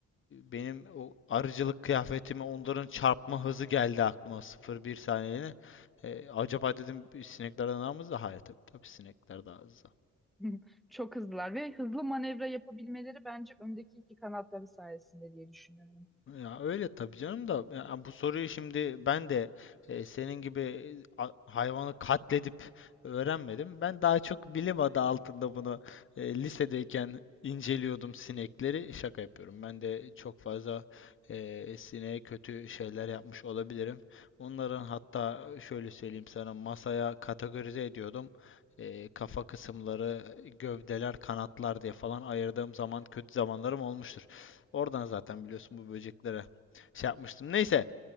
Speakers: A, on the left (about 40°); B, in the centre.
A: benim o arıcılık kıyafetime onların çarpma hızı geldi aklıma sıfır bir saniyeliğine. E, acaba dedim bir sineklerden daha mı hızlı? Hayır tabii tabii sinekler daha hızlı.
B: <laughs> Çok hızlılar ve hızlı manevra yapabilmeleri bence öndeki iki kanatları sayesinde diye düşünüyorum.
A: Ya öyle tabii canım da ya bu soruyu şimdi ben de e, senin gibi a- hayvanı katledip öğrenmedim. Ben daha çok bilim adı altında bunu e, lisedeyken inceliyordum sinekleri. Şaka yapıyorum. Ben de çok fazla e, sineğe kötü şeyler yapmış olabilirim. Onların hatta şöyle söyleyeyim sana masaya kategorize ediyordum. E, kafa kısımları, gövdeler, kanatlar diye falan ayırdığım zaman kötü zamanlarım olmuştur. Oradan zaten biliyorsun bu böceklere şey yapmıştım. Neyse.